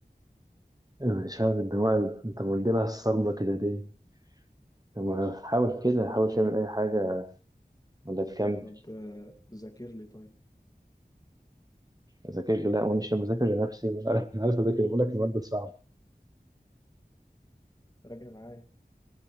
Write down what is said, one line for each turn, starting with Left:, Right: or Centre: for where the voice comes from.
Right: أنا مش عارف الدماغ اللي انت مديلها الصدمة كده ليه؟ لما حاول كده حاول تعمل أي حاجة ولا تكمل
Left: طب آه، ذاكر لي طيب
Right: أذاكر لي لا وأنا مش بذاكر لنفسي <laughs> أنا عارف أنا عارف أذاكر بقول لك المادة صعبة
Left: راجع معايا